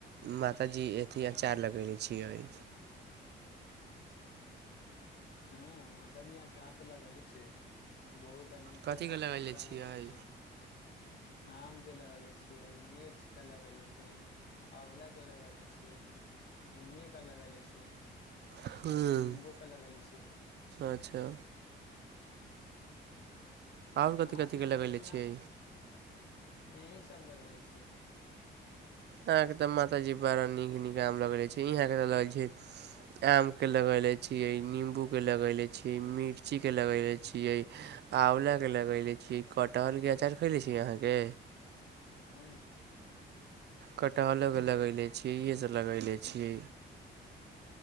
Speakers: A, on the right (about 60°); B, on the left (about 55°).
A: मा ताजी अथी अचार लगेले छियै
B: हुँ माताजी अचार तऽ लगलै छी बहुत अनेक
A: कथीके
B: प्रकार
A: लगेले
B: केँ अचार
A: छियै
B: लगेले छी आम केँ लगेले छियै मिर्च केँ लगेले छी आँवला केँ लगलै छी इमल केँ लगले छी
A: हुँ
B: नींबू के लगेले छी
A: अच्छऽ आओर कथी
B: अहाँकेँ
A: कथीके लगेले
B: माताजी
A: छियै
B: आम यही सब लगेलै छी
A: यहाँ केँ तऽ माता जी बड़ा नीक नीक आम लगल छै यहाँ केँ तऽ लगल छै आम केँ लगैले छियै निम्बूकेँ लगयले छियै मिर्ची केँ लगैले छियै आँवल केँ लगले छीयै कटहल केँ अचार खैले छी अहाँ के
B: हुँ
A: कटहलो केँ लगैले छियै इहसभ लगैले छियै